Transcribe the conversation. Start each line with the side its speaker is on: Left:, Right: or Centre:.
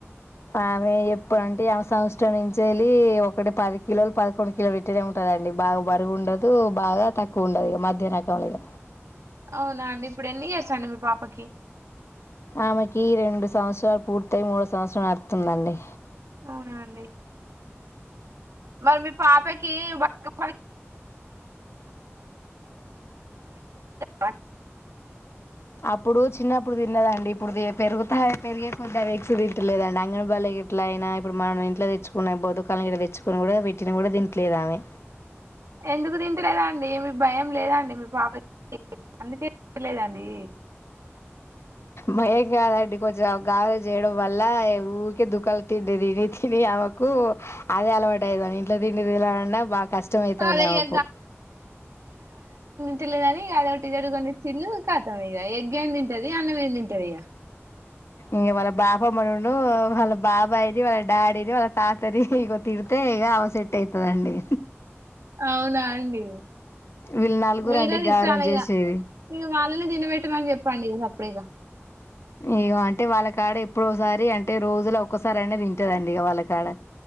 Left: ఆమె ఎప్పుడంటే ఆమె సంవత్సరం నుంచ వెళ్ి ఒకటి పది కిలోలు పదకొండు కిలో పెట్టనే ఉంటారు కదండి బాగా బరుగు ఉండదు బాగా తక్కువ ఉండదు ఇక మధ్యాహ్నకంంలో ఇక
Right: అవునా అండి ఇప్పుడు ఎన్ని చేస్తాండి మీ పాపకి
Left: ఆమెకి రెండు సంవత్సరాలు పూర్తయి మూడో సంవత్సరం అడుతుందండి
Right: అవునండి మరి మీ పాపకి బ ప పె
Left: అప్పుడు చిన్నప్పుడు తిన్నదండి ఇప్పుడు పెరుగుతా పెరిగే కొంత ఎక్స్ తిట్లేదండి అంగనబల్లి ఇట్లా అయినా ఇప్పుడు మనం ఇంట్లో తెచ్చుకున్న బతుకాలని ఇ తెచ్చుకుని కూడా పెట్టిన కూడా తింట్లేదు ఆమె
Right: ఎందుకు తింటలేదా అండి మీ భయం లేదండి మీ పాప అందుకే చూడలేదండి
Left: మయంగాద అడి కొంచెం గగారజ చేయడం వల్ ఊకే దుఖాలు తిండడి తినీ తినీ మాకు అదే అలవాటు అయ్యాని ఇంట్లో తిండి బా కష్టమేయితదా
Right: అదే ఇక
Left: అకు
Right: తల్లేదని అదొ ఒకటిదడు కొ చిల్లు కాతాం ఇక ఎగ్ ఏంది తింటది అన్నం ఏది తింటది ఇక
Left: ఇ వాళ్ళ బాపమ్ మనను వాళ్ళ బాబాయిని వాళ్ళ డాడీని వాళ్ళ తాతని ఇ గతిడతే అవసెట్ అవుతుదండి
Right: అవునా అండి
Left: వీళ్ళు నలుగురు
Right: మీరేదిట్టాల
Left: అండి గారం చేసేది
Right: ఇగ ఇక మళ్ళని తినబెట్టమని చెప్పండి ఇక తప్ప పడేగా
Left: ఏమో అంటే వాళ్ళ కాడ ఎప్పుడోసారి అంటే రోజులో ఒక్కసారి అనేది తింటదండి ఇక వాళ్ళ కాడ